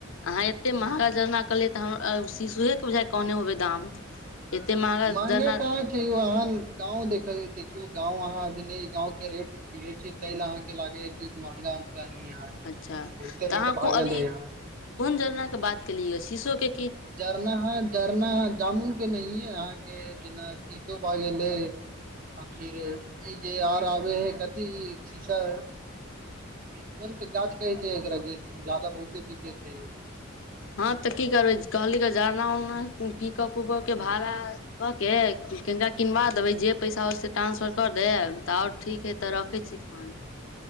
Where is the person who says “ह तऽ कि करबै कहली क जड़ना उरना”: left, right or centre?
Left